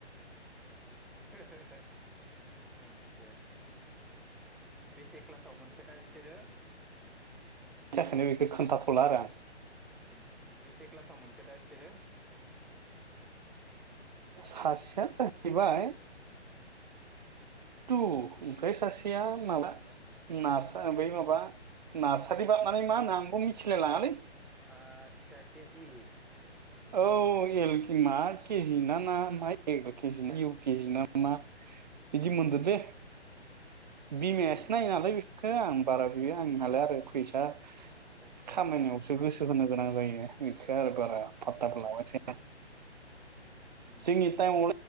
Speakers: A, in the centre; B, on the right (about 40°).
A: हो-हो-हो आचसा। बेसे क्लासाव मोनखो दा बिसोरो?
B: बिनि थाखायनो बेखौ खोन्थाथ'ला आरो आं।
A: उम बेसे क्लासाव मोनखो दा बिसोरो?
B: सासेया जाहैबाय
A: <inaudible>
B: थु ओमफ्राय सासेया माबा नारसा बै माबा नार्सारि बारनानै मा नाम आंबो मिथिलाय लाङालै
A: आतसा केजि
B: औ एलखि मा केजि ना मा मा एक केजि
A: उम
B: ना इउ केजि ना मा बिदि मोनदो
A: उम
B: दे बिमायासो
A: दे मोजां
B: नायो नालाय बेखो आं बारा बियो आंहालाय आरो फैसा
A: आदसा आदसा
B: खामायनायावसो
A: आदसा
B: गोसो होनो गोनां जायो बिखो आरो बारा फाटाखो लाबाय थाया
A: उम
B: जोंनि थाइम